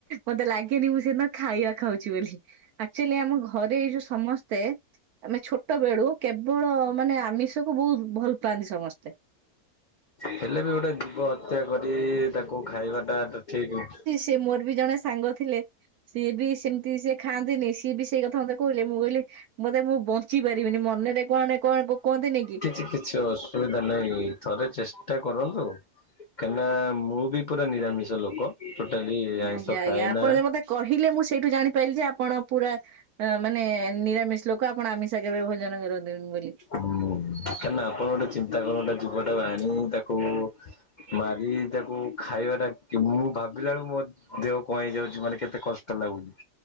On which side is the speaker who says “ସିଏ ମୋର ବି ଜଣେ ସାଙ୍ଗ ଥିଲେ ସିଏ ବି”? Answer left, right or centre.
Right